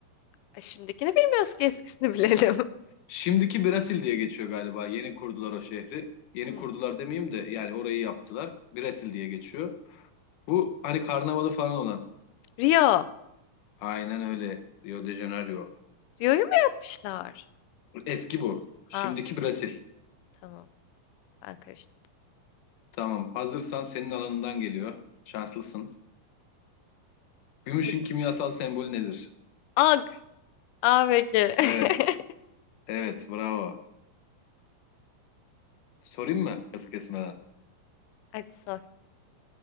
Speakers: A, on the left; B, on the left.
A: Ay, Şimdikini bilmiyoruz ki eskisini bilelim.
B: Şimdiki Brasil diye geçiyor galiba. Yeni kurdular o şehri. Yeni
A: Hmm.
B: kurdular demeyeyim de yani orayı yaptılar. Brasil diye geçiyor. Bu hani karnavalı falan olan.
A: Rio.
B: Aynen öyle. Rio de Janeiro.
A: Rio'yu mu yapmışlar?
B: Eski bu. Şimdiki
A: Ha
B: Brasil.
A: tamam. Ben karıştırdım.
B: Tamam. Hazırsan senin alanından geliyor. Şanslısın. Gümüşün
A: Hadi.
B: kimyasal sembolü nedir?
A: Ag. A ve G. <laughs>
B: Evet. Evet. Bravo. Sorayım mı? Hız kesmeden.
A: Hadi sor.